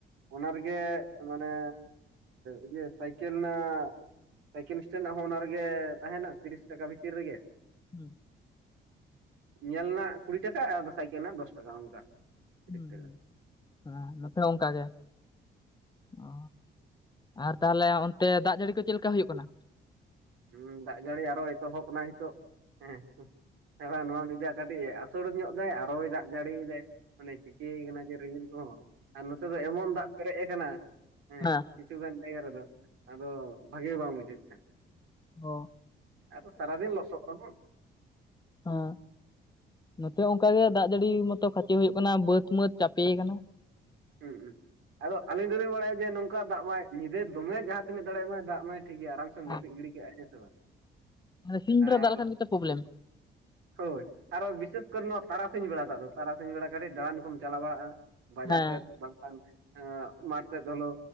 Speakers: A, on the right; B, on the left.
A: ᱚᱱᱟ ᱨᱮᱜᱮ ᱢᱟᱱᱮ ᱤᱭᱟᱹ ᱥᱟᱭᱠᱮᱞ ᱱᱟᱜ? ᱥᱟᱭᱠᱮᱞ ᱥᱴᱮᱱ ᱨᱮᱱᱟᱜ ᱦᱚᱸ ᱚᱱᱟ ᱨᱮᱜᱮ ᱛᱟᱸᱦᱮᱱᱟ ᱛᱤᱨᱤᱥ ᱴᱟᱠᱟ ᱵᱷᱤᱛᱤᱨ ᱨᱮᱜᱮ᱾
B: ᱦᱩᱸ᱾
A: ᱧᱮᱞ ᱨᱮᱱᱟᱜ ᱠᱩᱲᱤ ᱴᱟᱠᱟ ᱟᱨ ᱥᱟᱭᱠᱮᱞ ᱨᱮᱱᱟᱜ ᱫᱚᱥ ᱴᱟᱠᱟ ᱚᱱᱠᱟ᱾ ᱛᱤᱨᱤᱥ
B: ᱦᱩ
A: ᱴᱟᱠᱟ
B: ᱦᱩ, ᱦᱮ ᱱᱚᱛᱮ ᱦᱚᱸ ᱚᱱᱠᱟ ᱜᱮ᱾ ᱚ ᱟᱨ ᱛᱟᱦᱞᱮ ᱚᱱᱛᱮ ᱫᱟᱜ ᱡᱟᱹᱲᱤ ᱠᱚ ᱪᱮᱫ ᱞᱮᱠᱟ ᱦᱩᱭᱩᱜ ᱠᱟᱱᱟ?
A: ᱦᱩᱸ ᱫᱟᱜ ᱡᱟᱹᱲᱤ ᱟᱨᱚ ᱮᱛᱚᱦᱚᱵ ᱮᱱᱟᱭ ᱱᱤᱛᱚᱜ ᱦᱮᱸ ᱟᱨᱚ ᱱᱚᱣᱟ ᱢᱮᱡᱟᱡ ᱠᱟᱹᱴᱤᱡ ᱟᱹᱥᱩᱲ ᱧᱚᱜ ᱫᱟᱭ ᱟᱨᱚᱭ ᱫᱟᱜ ᱡᱟᱹᱲᱤᱭ ᱫᱟᱭ ᱢᱟᱱᱮ ᱪᱤᱠᱟᱹᱭ ᱟᱠᱟᱱᱟ ᱡᱮ ᱨᱤᱜᱮᱞ ᱠᱚᱦᱚᱸ᱾ ᱟᱨ ᱱᱚᱛᱮ ᱫᱚ ᱮᱢᱚᱱ ᱫᱟᱜ ᱯᱮᱨᱮᱡ ᱟᱠᱟᱱᱟ, ᱦᱮᱸ
B: ᱦᱮ᱾
A: ᱠᱤᱪᱷᱩ ᱜᱟᱱ ᱡᱟᱭᱜᱟ ᱨᱮᱫᱚ ᱟᱫᱚ ᱵᱷᱟᱜᱮ ᱵᱟᱝ ᱵᱩᱡᱷᱟᱹᱜ ᱠᱟᱱᱟ᱾
B: ᱦᱚ᱾
A: ᱟᱨᱚ ᱥᱟᱨᱟᱫᱤᱱ ᱞᱚᱥᱚᱫ ᱨᱮᱦᱚᱸ᱾
B: ᱦᱮᱸ ᱱᱚᱛᱮ ᱦᱚᱸ ᱚᱱᱠᱟ ᱜᱮ ᱫᱟᱜ ᱡᱟᱹᱲᱤ ᱢᱚᱛᱚ ᱠᱷᱟᱺᱪᱷᱮ ᱦᱩᱭᱩᱜ ᱠᱟᱱᱟ ᱵᱟᱹᱫᱽ ᱢᱟᱹᱫᱽ ᱪᱟᱯᱮᱭᱟᱠᱟᱱᱟ᱾
A: ᱦᱩᱸ ᱦᱩᱸ᱾ ᱟᱫᱚ ᱟᱞᱮ ᱫᱚᱞᱮ ᱵᱟᱲᱟᱭᱟ ᱡᱮ ᱱᱚᱝᱠᱟ ᱫᱟᱜ ᱢᱟᱭ ᱧᱤᱫᱟᱹ ᱫᱚᱢᱮ ᱡᱟᱦᱟᱸ ᱛᱤᱱᱟᱹᱜ ᱫᱟᱲᱮᱭᱟᱜ ᱢᱟᱭ ᱫᱟᱜ ᱢᱟᱭ ᱴᱷᱤᱠ ᱜᱮᱭᱟ ᱟᱨᱟᱢ ᱛᱚᱢ
B: ᱦᱮᱸ
A: ᱡᱟᱹᱯᱤᱫ ᱜᱤᱲᱤ ᱠᱟᱜᱼᱟᱢ ᱦᱮᱸ ᱥᱮ ᱵᱟᱝ
B: ᱦᱮᱸ ᱥᱤᱧ ᱵᱮᱲᱟ
A: ᱟᱨ
B: ᱫᱟᱜ ᱞᱮᱠᱷᱟᱱ ᱜᱮᱛᱚ ᱯᱨᱚᱵᱞᱮᱢ
A: ᱦᱳᱭ ᱟᱨᱚ ᱵᱤᱥᱮᱥ ᱠᱚᱨᱮ ᱱᱚᱣᱟ ᱛᱟᱲᱟᱥᱤᱧ ᱵᱮᱲᱟ ᱫᱚ ᱟᱫᱚ ᱛᱟᱨᱟᱥᱤᱧ ᱵᱮᱲᱟ ᱠᱟᱹᱴᱤᱡ ᱫᱟᱬᱟᱱ ᱠᱚᱢ ᱪᱟᱞᱟᱣ ᱵᱟᱲᱟᱜᱼᱟ, ᱵᱟᱡᱟᱨ
B: ᱦᱮᱸ
A: ᱥᱮᱫ᱾ ᱵᱟᱝᱠᱷᱟᱱ ᱮᱜ ᱢᱟᱴᱷ ᱥᱮᱫ ᱦᱳᱞᱳ‌